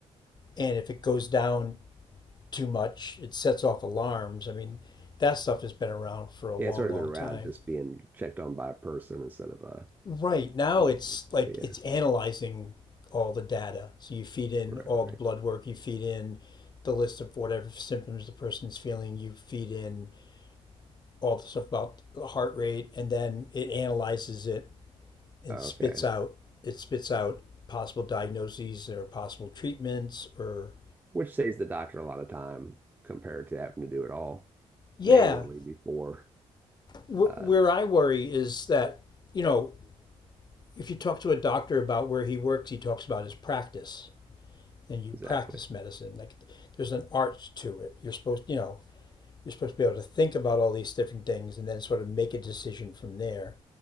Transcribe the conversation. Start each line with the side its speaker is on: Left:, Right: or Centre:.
Left: and if it goes down too much. It sets off alarms. I mean, that stuff has been around for a long,
Right: Yeah, it's already
Left: long
Right: been around
Left: time.
Right: just being checked on by a person instead of a
Left: Right now,
Right: machine,
Left: it's
Right: basically.
Left: like
Right: Yeah,
Left: it's analyzing all the data. So you feed in
Right: right,
Left: all the
Right: right.
Left: blood work, you feed in the list of whatever symptoms the person's feeling, you feed in all the stuff about the heart rate, and then it analyzes it and
Right: Okay.
Left: spits out it spits out possible diagnoses or possible treatments or
Right: which saves the doctor a lot of time compared to having to do it all
Left: yeah
Right: manually before.
Left: where
Right: Uh,
Left: i worry is that you know If you talk to a doctor about where he works, he talks about his practice, and you
Right: exactly.
Left: practice medicine. Like there's an art to it. You're supposed, you know, you're supposed to be able to think about all these different things and then sort of make a decision from there.